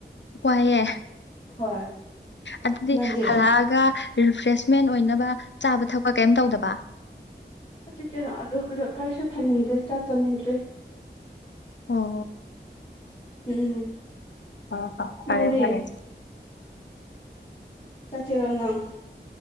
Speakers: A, on the left; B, on the left.
A: ꯋꯥꯏꯌꯦ
B: ꯍꯣꯏ
A: ꯑꯗꯨꯗꯤ
B: ꯅꯪꯗꯤ
A: ꯍꯜꯂꯛꯑꯒ ꯔꯤꯐ꯭ꯔꯦꯁꯃꯦꯟ ꯑꯣꯏꯅꯕ ꯆꯥꯕ ꯊꯛꯄ ꯀꯩꯝ ꯇꯧꯗꯕ
B: ꯆꯦ ꯀꯔꯤꯁꯨ ꯊꯝꯅꯤꯡꯟꯗ꯭ꯔꯦꯥꯛ ꯆꯥꯅꯤꯡꯟꯗ꯭ꯔꯦ
A: ꯑꯣ
B: ꯎꯝ
A: ꯍ ꯍ ꯐꯔꯦ
B: ꯅꯪꯗꯤ
A: ꯐꯔꯦ
B: ꯆꯀꯔ ꯅꯥꯡ